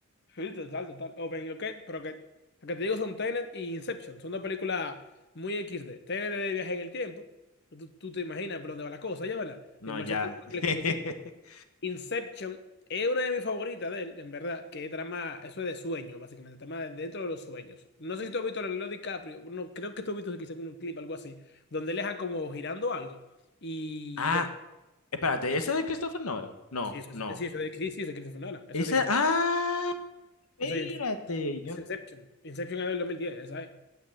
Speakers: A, on the left; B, on the left.
A: Sí, total, total. O ven, ok, pero que... Lo que te digo son Tenet y Inception. Son dos películas muy equis de Tenet es de viaje en el tiempo. Tú, tú te imaginas por dónde va la cosa, ya, ¿verdad?
B: No,
A: De inmersión
B: ya.
A: temporal
B: <laughs>
A: y cosas así. Inception es una de mis favoritas de él, en verdad, que es trama, eso es de sueños, básicamente, trama de- dentro de los sueños. No sé si tú has visto a Leonardo DiCaprio, no, creo que tú has visto quizás un clip, algo así, donde él deja como girando algo. Y
B: Ah,
A: bueno,
B: espérate, ¿ese de Christopher Nolan? No,
A: sí, eso
B: no.
A: es, sí, eso es, sí, sí, eso es Christopher Nolan, eso
B: Ese,
A: es, de Ince-
B: ah, espérate.
A: eso es Ince-
B: Yo,
A: es Inception. Inception es del 2010, ¿sabes?